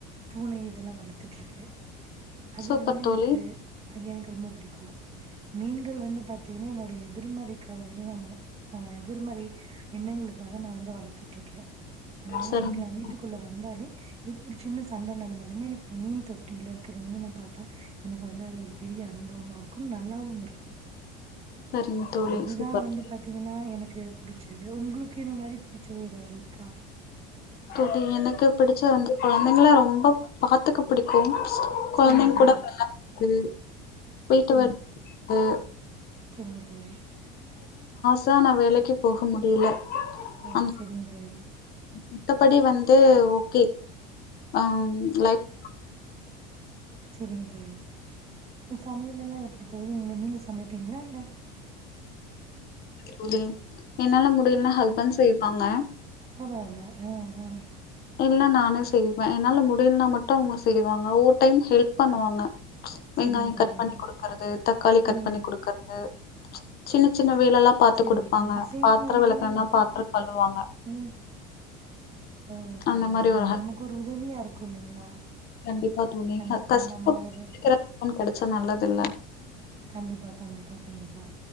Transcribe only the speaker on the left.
சூப்பர்
தோழி
சரிங்க
தோழி.
சரிங்க
தோழி
சூப்பர்
தோழி
தோழி எனக்கு பிடிச்ச வந்து கொழந்தைங்கள ரொம்ப பாத்துக்கு பிடிக்கும் கொழந்தைங்க
கூட விளாடுறது வீட்டு <unintelligible> து
ஸா நான் வேலைக்கு போக முடியல
அந்த
மத்தபடி வந்து ஓகே அம் லைஃப்
தோழி என்னால முடியலன்னா ஹஸ்பண்ட் செய்வாங்க
இல்ல நானு செய்வேன் என்னால முடியலனா மட்டும் அவங்க செய்வாங்க ஓர் டைம் ஹெல்ப் பண்ணுவாங்க
வெங்காயம்
கட் பண்ணி குடுக்குறது தக்காளி கட்
பண்ணி குடுக்குறது சின்ன சின்ன சின்ன வேல எல்லா பாத்து
குடுப்பாங்க
பாத்திர
விளக்களனா பாத்திரம் கழுவாங்க
அந்த மாரி
ஹெல்ப்
கண்டிப்பா தோழி
க கஷ்டப்
<unintelligible>
ஹஸ்பண்ட் கிடைச்சா நல்லது இல்ல